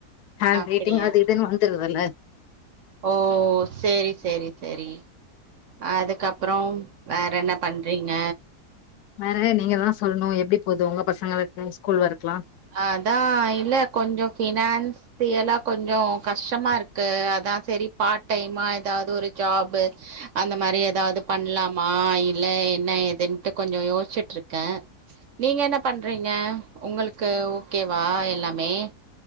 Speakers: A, on the left (about 75°); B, on the right (about 55°).
A: ஹேண்ட்
B: அப்டியா
A: ரேட்டிங் அது இதுன்னு வந்துருதுல்ல
B: ஓ செரி செரி செரி அதுக்கப்றோ வேற என்ன பண்றீங்க
A: வேற நீங்க தா சொல்னு எப்டி போகுது உங்க பசங்களுக்கு ஸ்கூல் ஒர்க்கலா
B: அதா இல்ல கொஞ்சோ ஃபினான்ஸ் தி எலா கொஞ்சோ கஷ்டமா இருக்கு அதா சரி பாட் டைமா எதாவது ஒரு ஜாப்பு அந்த மாரி எதாவது பண்லாமா இல்ல என்ன ஏதுன்ட்டு கொஞ்சொ யோச்சுட்டு இருக்கே நீங்க என்ன பண்றீங்க உங்களுக்கு ஓகேவா எல்லாமே